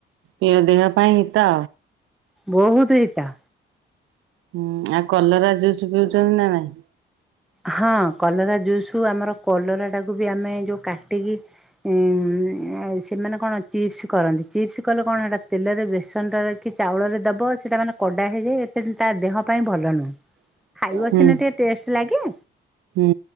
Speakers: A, on the right; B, in the centre.
A: ପିଅ ଦେହ ପାଇଁ ହିତ।
B: ବହୁତ ହିତ।
A: ହୁଁ ଆଉ କଲରା ଜୁସ୍ ପିଉଚନ୍ତି ନା ନାଇଁ?
B: ହଁ କଲରା ଜୁସୁ ଆମର କଲରା ଟାକୁ ବି ଆମେ ଯୋଉ କାଟିକି ଉଁ ଆଉ ସେମାନେ କଣ ଚିପ୍ସ କରନ୍ତି। ଚିପ୍ସ କଲେ କଣ ଏଟା ତେଲରେ ବେଶି ତିନିଟା ରଖି ଚାଉଳରେ ଦବ। ସେଇଟା ମାନେ କଡ଼ା ହେଇଯାଏ ଏତେ ତା ଦେହ ପାଇଁ ଭଲ ନୁହଁ। ଖାଇବା
A: ହୁଁ
B: ସିନା ଟିକେ ଟେଷ୍ଟ ଲାଗେ।
A: ହୁଁ।